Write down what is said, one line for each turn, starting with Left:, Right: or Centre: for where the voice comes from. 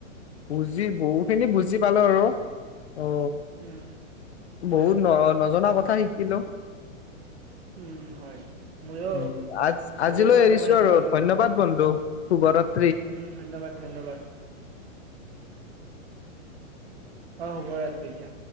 Left: বুজি বহুখিনি বুজি পালো আৰু অ
Right: উম ময়ো
Left: বহুত ন নজনা কথা শিকিলো
Right: উম হয় ময়ো
Left: উ আজ
Right: ভালে
Left: আজিলৈ
Right: তোমাৰ
Left: এৰিছো
Right: তাৰপৰা শিক্ষা
Left: আৰু
Right: ললো
Left: ধন্যবাদ বন্ধু তো ঘৰত
Right: উম ধন্যবাদ ধন্যবাদ অ হ'ব এতিয়া